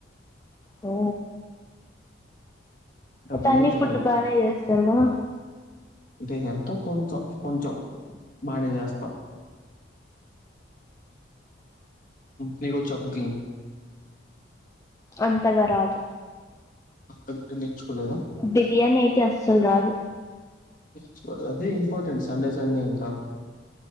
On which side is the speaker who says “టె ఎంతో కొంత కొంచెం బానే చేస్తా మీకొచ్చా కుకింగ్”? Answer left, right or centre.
Left